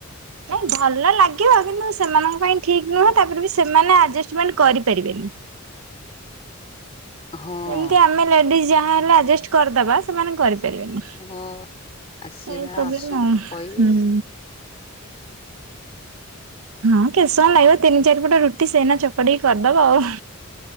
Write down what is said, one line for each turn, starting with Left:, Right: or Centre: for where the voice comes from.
Right: ନାଇଁ ଭଲ ଲାଗିବ କିନ୍ତୁ ସେମାନଙ୍କ ପାଇଁ ଠିକ ନୁହନ୍ତି ତାପରେ ବି ସେମାନେ ଆଡଜମେଣ୍ଟ କରିପାରିବେନି
Left: ହଁ
Right: ଯେମିତି ଆମେ ଲେଡିଜ ଯାହା ହେଲେ ଆଡଜଷ୍ଟ କରିଦବା ସେମାନେ କର ଏଇ
Left: ହଁ ଆ ସିଏ ତାର
Right: ପ୍ରବ୍ଲେ
Left: ଆସନ୍ତୁ
Right: ହଁ
Left: କଣ କହିବେ
Right: ହଁ କେେଶ କଣ ଲାଗିବ ତିନି ଚାରିପଟ ରୁଟି ସେନା ଚପଡିକି କରିଦବ ଆଉ